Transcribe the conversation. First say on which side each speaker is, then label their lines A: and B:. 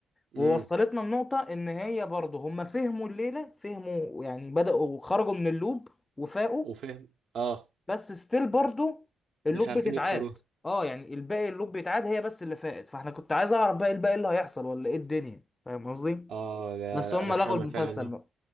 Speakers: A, on the right; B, on the left.
A: امم
B: ووصلتنا النقطة إن هي برضه هم فهموا الليلة فهموا يعني بدأوا خرجوا من اللوب وفاقوا
A: وفهم اه
B: بس ستيل برضه اللوب
A: مش عارفين
B: بتتعاد
A: يكسروها
B: اه يعني الباقي اللوب بيتعاد هي بس اللي فاقت فاحنا كنت عايز أعرف بقى الباقي اللي هيحصل ولا إيه الدنيا فاهم قصدي؟
A: اه ده
B: بس
A: لا،
B: هم
A: رخامه
B: لغوا المسلسل
A: فعلا
B: بقى